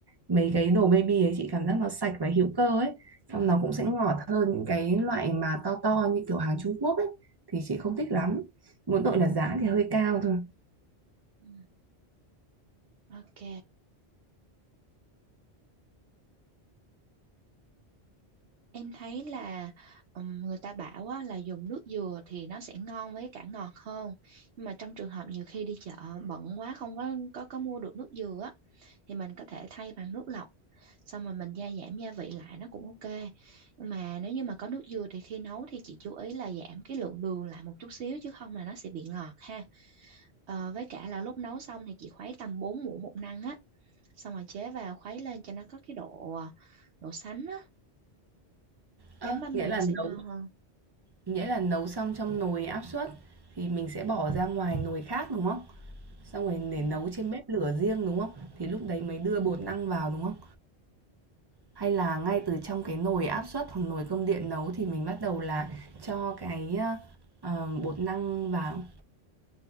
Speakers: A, on the right; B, on the right.
A: mấy cái đồ baby ấy chị cảm giác nó sạch và hữu cơ ấy xong nó cũng sẽ ngọt hơn những cái loại mà to to như kiểu hàng Trung Quốc ấy thì chị không thích lắm mỗi tội là giá thì hơi cao thôi
B: Ừ. Ok, em thấy là ừm, người ta bảo á, là dùng nước dừa thì nó sẽ ngon với cả ngọt hơn. Nhưng mà trong trường hợp nhiều khi đi chợ bận quá không có có có mua được nước dừa á, thì mình có thể thay bằng nước lọc. Xong rồi mình gia giảm gia vị lại nó cũng ok. Nhưng mà nếu như mà có nước dừa thì khi nấu thì chị chú ý là giảm cái lượng đường lại một chút xíu chứ không là nó sẽ bị ngọt ha. Ờ, với cả là lúc nấu xong thì chị khuấy tầm 4 muỗng bột năng á xong rồi chế vào khuấy lên cho nó có cái độ ờ, độ sánh á
A: Ơ,
B: chấm bánh
A: nghĩa
B: mì
A: là
B: nó sẽ
A: nấu
B: ngon hơn
A: nghĩa là nấu xong trong nồi áp suất thì mình sẽ bỏ ra ngoài nồi khác đúng không? Xong rồi để
B: ừ.
A: nấu trên bếp lửa riêng đúng không? Thì lúc đấy mới đưa bột năng vào đúng không? Hay là ngay từ trong cái nồi áp suất hoặc nồi cơm điện nấu thì mình bắt đầu là cho cái ờ, bột năng vào.